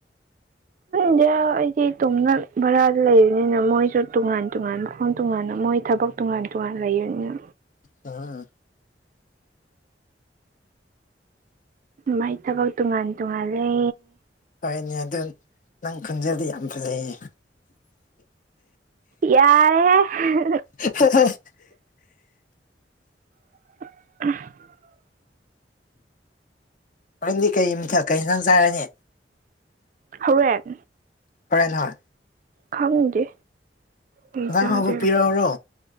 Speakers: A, on the right (about 45°); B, on the left (about 45°).
A: ꯄꯨꯟꯗꯤꯌꯥ ꯑꯩꯗꯤ ꯏꯇꯣꯝꯗ ꯚꯔꯥꯗ ꯂꯩꯕꯅꯤꯅ ꯃꯣꯏꯁꯨ ꯇꯣꯉꯥꯟ ꯇꯣꯉꯥꯟ ꯃꯐꯝ ꯇꯣꯉꯥꯟꯅ ꯃꯣꯏ ꯊꯕꯛ ꯇꯣꯉꯥꯟ ꯇꯣꯉꯥꯟ ꯂꯩꯕꯅꯤꯅ
B: ꯎꯝ
A: ꯃꯥꯏ ꯊꯕꯛ ꯇꯣꯉꯥꯟ ꯇꯣꯉꯥꯟꯂꯦ
B: ꯍꯣꯏꯅꯦ ꯑꯗꯨ ꯅꯪ ꯈꯣꯟꯖꯦꯜꯗꯤ ꯌꯥꯝ ꯐꯖꯩꯌꯦ
A: ꯌꯥꯔꯦꯍꯦ
B: ꯍꯥ
A: <unintelligible>
B: ꯍꯣꯔꯦꯟꯗꯤ ꯀꯩ ꯏꯟꯁꯥꯡ ꯆꯥꯔꯅꯤ
A: ꯍꯧꯔꯦꯟ
B: ꯍꯣꯏ ꯍꯣꯢ
A: ꯈꯪꯗꯦ ꯀꯩ
B: ꯏꯟꯁꯥꯡ
A: ꯆꯥꯗꯣꯏꯔꯣ
B: ꯑꯍꯥꯎꯕ ꯄꯤꯔꯛꯎꯔꯣ